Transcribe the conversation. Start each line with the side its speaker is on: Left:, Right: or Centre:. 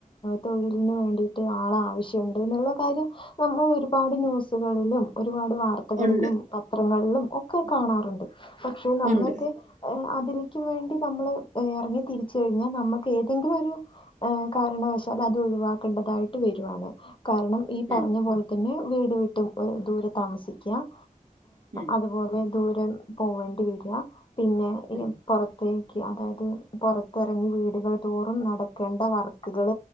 Left: തൊഴിലിന് വേണ്ടി ആളെ ആവശ്യുണ്ട് എന്നുള്ള കാര്യം നമ്മൾ ഒരുപാട് ന്യൂസുകളിലും ഒരുപാട് വാർത്തകളിലും
Right: ഉണ്ട്
Left: പത്രങ്ങളിലും ഒക്കെ കാണാറുണ്ട് പക്ഷെ നമ്മളക്ക
Right: ഉണ്ട്
Left: അതിന് വേണ്ടി നമ്മള് ഇറങ്ങി തിരിച്ചു കഴിഞ്ഞാൽ നമ്മുക്ക് ഏതെങ്കിലും ഒരു ഏ കാരണവശാൽ അത് ഒഴിവാക്കേണ്ടതായിട്ട് വരുവാണ് കാരണം ഈ പറഞ്ഞ
Right: ഉം
Left: പോലെ തന്നെ വീട് വിട്ടും ദൂരെ താമസിക്കുക
Right: ഉം
Left: അതുപോലെ ദൂ പോവേണ്ടി വരി പിന്നെ
Right: ഉം
Left: പുറത്ത് അതായത് പുറത്തിറങ്ങി വീടുകൾ തോറും നടക്കേണ്ട വർക്കുകൾ